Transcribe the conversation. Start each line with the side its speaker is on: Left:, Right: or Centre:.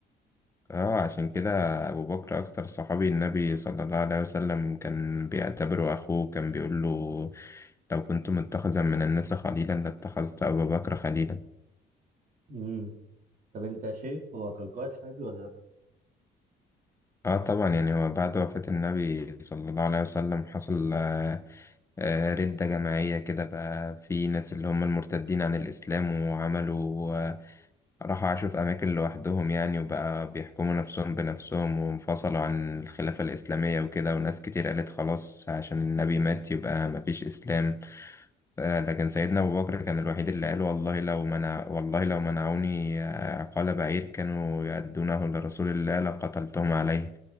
Left: اه عشان كده ابو بكر اكتر صحابي النبي صلى الله عليه وسلم كان بيعتبره اخوه كان بيقول له لو كنت متخذا من الناس خليلا لاتخذت ابا بكر خليلا
Right: امم طب انت شايف هو كان قائد حربي ولا لا
Left: اه طبعا يعني هو بعد وفاة النبي صلى الله عليه وسلم حصل آه، آه، ردة جماعية كده بقى في ناس اللي هم المرتدين عن الاسلام وعملوا راحوا عاشوا في أماكن لوحدهم يعني وبقى بيحكموا نفسهم بنفسهم وانفصلوا عن الخلافة الإسلامية وكده وناس كتير قالت خلاص عشان النبي مات يبقى مفيش إسلام آه، لكن سيدنا أبو بكر كان الوحيد اللي قال والله لو منع والله لو منعوني آه، عقال بعير كانوا يؤدونه لرسول الله لقتلتهم عليه